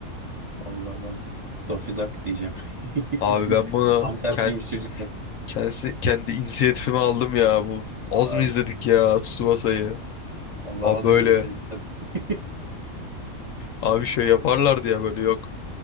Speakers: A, on the right; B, on the left.
A: Valla ben Daffy Duck diyeceğim. <laughs> İkisi
B: Abi ben bunu
A: tam tersiymiş
B: kendi,
A: çocukken.
B: kendisi, kendi inisiyatifime aldım ya. Bu az
A: Valla
B: mı
A: abi.
B: izledik ya Tsubasa'yı?
A: Valla
B: Abi
A: az
B: böyle
A: izledik biz. Hadi. <laughs>
B: abi şey yaparlardı ya böyle yok.